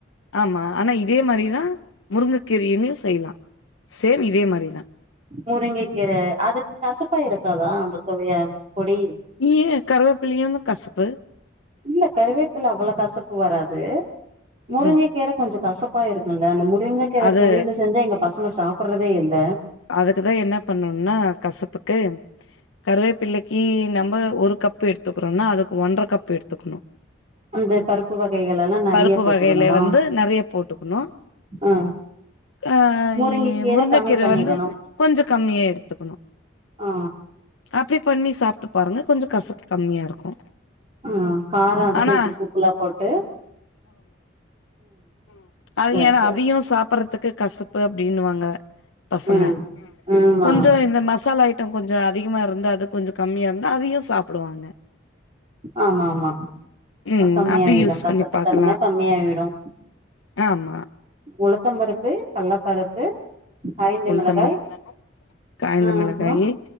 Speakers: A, on the left; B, on the right.
A: ஆமா ஆனா இதே மாரிதா முருங்கக்கீரையுமே செய்யலா சேம் இதே மாரிதா
B: முருங்க கீர அதுக்கு கசப்பா இருக்காதா அந்த சுவைய பொடி
A: ஏ கருவேப்பிலையு தா கசப்பு
B: இல்ல கருவேப்பில அவ்வள கசப்பு வராது முருங்கை
A: ம்
B: கீர கொஞ்ச கசப் அப்பா இருக்குல்ல அந்த முருங்க கீற
A: அது
B: பொறில செஞ்சா எங்க பசங்க சாப்படறதே இல்ல
A: அதுக்குதா என்னா பண்ணுன்னா கசப்புக்கு கருவேப்பில்லைக்கு நம் ம ஒரு கப்பு எடுத்துக்கிறோம்னா அதுக்கு ஒன்றரை கப் எடுத்துக்கணு
B: அந்த பருப்பு வகைகள் எல்லா நெறைய
A: பருப்பு
B: போட்டுக்கணுமா
A: வகையில வந்து நெறைய போட்டுக்கணு
B: ஆ
A: ஆ
B: முருங்கை
A: இ
B: கீர
A: முருங்கக்கீர
B: கம்மி பண்ணிக்கணு
A: வந்து கொஞ்ச கம்மியா எடுத்துக்கணு
B: ஆ
A: அப்டி பண்ணி சாப் ட்டு பாருங்க கொஞ்ச கசப்பு கம்மியா இருக்கு
B: ஆ கார அது
A: ஆனா
B: கொஞ்ச தூக்கலா போட்டு
A: ம் அது
B: சரி
A: ஏன்னா
B: சரி
A: அதையு சாப்புறதுக்கு கசப்பு அப்டினுவாங்க பசங்க
B: ம் ஆமா
A: கொஞ்ச இந்த மசாலா ட்ட கொஞ்ச அதிகமா இருந்த அது கொஞ்ச கம்மியா இருந்தா அதையு சாப்டுவாங்க
B: ஆமா ஆமா
A: ம்
B: கம்மியாயிடும்
A: அப்டி யூஸ்
B: கசப்பு
A: பண்ணி பாக்கலா
B: தன்ம கம்மியாயிடும்
A: ஆமா
B: உளுத்தம் பருப்பு கள்ளப்பருப்பு காய்ந்த
A: உளுத்தம்பரு
B: மிளகாய்
A: காய்ந்த
B: ஆ
A: மிளகாய்
B: அப்றோ